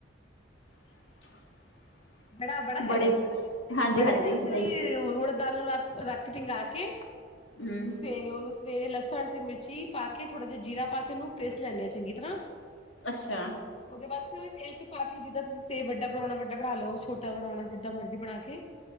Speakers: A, on the left; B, on the left.
A: <inaudible>
B: ਬੜਾ ਬੜਾ
A: ਬੜੇ
B: ਕਹਿ ਲੋ
A: ਹਾਂਜੀ
B: ਬੜੇ
A: ਹਾਂਜੀ
B: ਦੇ
A: ਦਹੀਂ
B: ਉੜਦ ਦਾਲ ਨੂੰ ਰਾਤ ਨੂੰ ਰੱਖਕੇ
A: ਹੂੰ।
B: ਫੇਰ ਉਨੂੰ ਸਵੇਰੇ ਲਸਨ ਤੇ ਮਿਰਚੀ ਪਾ ਕੇ ਥੋੜਾ ਜਿਹਾ ਜੀਰਾ ਪਾ ਕੇ ਉਨੂੰ ਪੇਸ ਲੈਂਦੇ ਹਾਂ ਚੰਗੀ ਤਰਾਂ
A: ਅੱਛਾ।
B: ਓਦੇ ਵਾਸਤੇ ਤੇਲ ਚ ਪਾਕੇ ਜਿੱਦਾਂ ਤੁਸੀ ਤੇਲ ਵੱਡਾ ਬਣਾਉਣਾ ਵੱਡਾ ਬਨਾ ਲੋ। ਛੋਟਾ ਬਣਾਉਣਾ ਜਿੱਦਾਂ ਮਰਜ਼ੀ ਬਣਾ ਕੇ